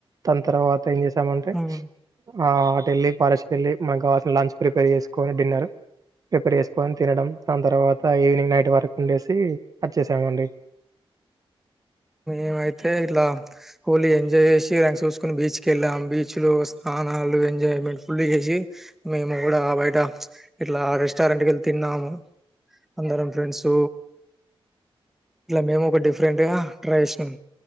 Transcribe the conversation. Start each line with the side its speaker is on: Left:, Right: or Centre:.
Right: దాని తర్వాత త్ ఎం చేసామంటే
Centre: హ్మ్
Right: ఆ అటెలి కాలేజీ కి వెళ్ళి మాకు కాల్సిన లంచ్ ప్రిపేర్ చేసుకొని డిన్నర్ ప్రిపేర్ చేసుకొని తినడం దాని తర్వాత ఈవినింగ్ నైట్ వరకు ఉండేసి వచ్చేసామండి
Centre: ఏమైతే ఇలా హాలీ ఎంజాయ్ చేసి కుని బీచ్ వెళ్ళాము బీచ్లో స్నానాలు ఎంజాయ్మెంట్ ఫుల్ చేసి మేము కూడా బయట ఇట్లా రెస్టారెంట్కి వెళ్ళి తిన్నాము అందరం ఫ్రెండ్స్ ఇట్లా మేము ఇక డిఫరెంట్గా క్రేషన్